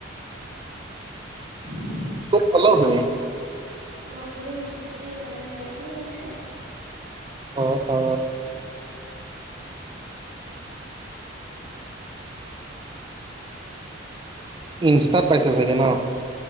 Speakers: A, on the right; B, on the right.
A: উ <inaudible>
B: খালাও তুমি।
A: মই বোলো সিহঁতি চাগে এইকন জেগালৈকে গৈছে আৰু।
B: অ অ ইনষ্টাত পাইছা চাগে ন।